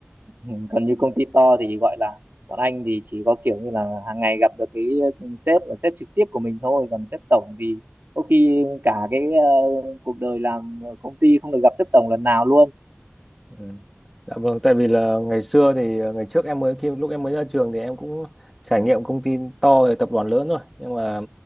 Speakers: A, on the right; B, in the centre.
A: Ừ, còn như công ty to thì gọi là bọn anh thì chỉ có kiểu như là hàng ngày gặp được cái, cái sếp là sếp trực tiếp của mình thôi còn sếp tổng thì có khi cả cái ờ, cuộc đời làm ở công ty không được gặp sếp tổng lần nào luôn
B: Ừ. Dạ vâng, tại vì là ngày xưa thì ờ, ngày trước em mới khi lúc em mới ra trường thì em cũng trải nghiệm công ty to rồi tập đoàn lớn rồi nhưng mà